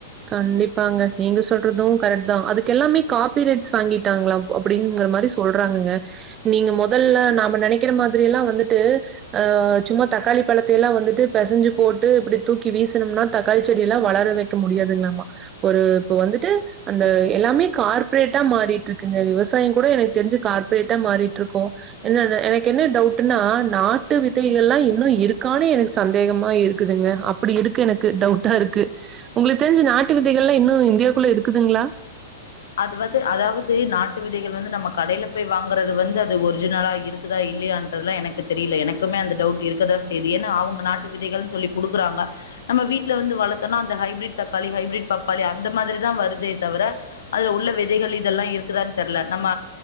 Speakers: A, on the right (about 30°); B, on the left (about 75°).
A: கண்டிப்பாங்க நீங்க சொல்றதும் கரெக்ட் தான் அதுக்கெல்லாமே காபிரைட்ஸ் வாங்கிட்டாங்களாம் அப்டிங்கற மாரி சொல்றாங்கங்க நீங்க மொதல்ல நாம நனைக்கிற மாரிலாம் வந்துட்டு ஆஹ் சும்மா தக்காளி பழத்தல்லாம் வந்துட்டு பசஞ்சு போட்டு இப்டி தூக்கி வீசனும்னா தக்காளி செடி எல்லாம் வளர வைக்க முடியாது <unintelligible> ஒரு இப்ப வந்துட்டு அந்த எல்லாமே கார்பரேட்டா மாறிட்டு இருக்குங்க விவசாயம் கூட எனக்கு தெரிஞ்சு கார்ப்பரேட்டா மாறிட்டு இருக்கும் என்ன எனக்கு என்ன டவுட்னா நாட்டு விதைகள் எல்லாம் இன்னும் இருக்கானனு எனக்கு சந்தேகமா இருக்குதுங்க அப்படி இருக்கு எனக்கு டவுட்டா இருக்கு உங்களுக் தெரிஞ்சி நாட்டு விதைகள்ல்லாம் இன்னும் இந்தியாக்குள்ள இருக்குதுங்களா
B: அது வது அதாவது நாட்டு விதைகள் வந்து நம்ம கடையில போய் வாங்கறது வந்து அது ஒரிஜினலா இருக்குதா இல்லையான்ன்றதுல்லாம் எனக்கு தெரில எனக்குமே அந்த டவுட் இருக்குதா செய்து ஏன்னா அவங்க நாட்டு விதைகள்ன்னு சொல்லி குடுக்குறாங்க நம்ம வீட்டுல வந்து வளர்த்தோனா அந்த ஹைபிரிட் தக்காளி ஹைபிரிட் பப்பாளி அந்த மாதிரிதான் வருதே தவிர அதுல உள்ள விதைகள் இதெல்லாம் இருக்குதான்னு தெரில நம்ம